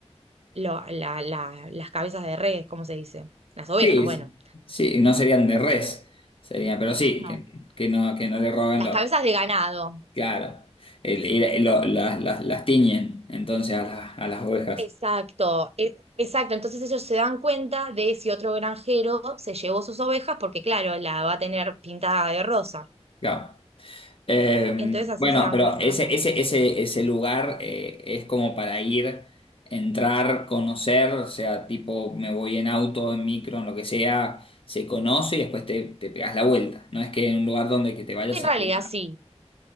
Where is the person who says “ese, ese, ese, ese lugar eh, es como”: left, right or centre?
Left